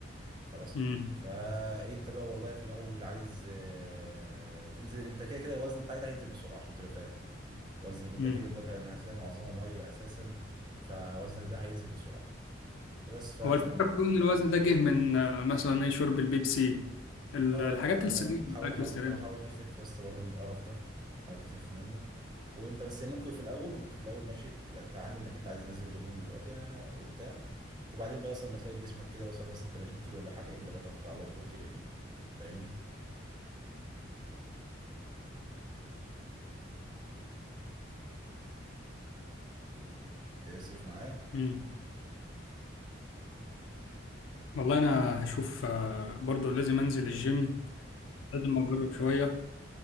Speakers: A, on the right; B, on the left.
A: خلاص
B: امم
A: فانت بقى والله في الاول عايز آه، تنزل انت كده كده الوزن بتاعك ده هينزل بسرعه عشان تبقى فاهم الوزن اللي انت
B: امم
A: فيه ده دلوقتي لان هتلاقي معظمه ميه اساسا فوزنك ده هينزل بسرعه فبس ف
B: هو الفكره كلها ان الوزن ده جه من آه، مثلا ايه شرب البيبسي ال-
A: اه
B: الحاجات
A: لا
B: السليمه
A: لا وحاول
B: الاكل
A: حاول
B: السليم
A: حاول تخف يا اسطى برضه من القرف ده حاول تخف منه وانت بس ممكن في الاول ممكن في الاول ماشي تبقى تتعامل انك انت عايز نازل دهون دلوقتي آه، وبتاع وبعدين بقى اصلا ما تلاقي جسمك كده وصل مثلا 80 كيلو ولا حاجه ابدا بقى توكل على الله وخد كرياتين فاهمني؟ اسف معايا
B: امم والله انا هشوف آه، برضو لازم انزل الجيم لازم اجرب شويه